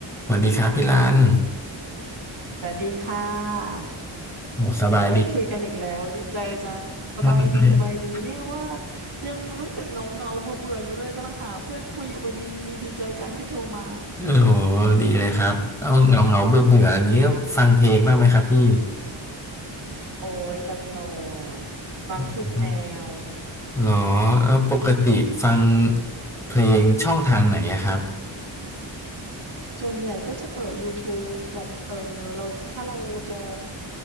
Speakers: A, in the centre; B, on the right.
A: สวัสดีครับพี่รัน
B: สวัสดีค่ะ
A: โอ้สบายดี
B: ได้คุยกันอีกแล้วดีใจจัง สบายดีสบายดีเนี่ยว่า
A: ใช่
B: ยังรู้สึกเหงาเงาเบื่อเบื่อๆอยู่เลยกำลังหาเพื่อนคุยอยู่พอดีดีใจจังที่โทรมา
A: โอ้ดีเลยครับเอาเงาเงาเบื่อเบื่ออย่างนี้ก็ฟังเพลงบ้างไหมครับพี่
B: โอ้ยตลอดฟังทุกแนว
A: อืมหรอแล้วปกติฟังเพลงช่องทางไหนอะครับ
B: ส่วนใหญ่ก็จะเปิด YouTube แบบเออเราจะถ้าเราจะ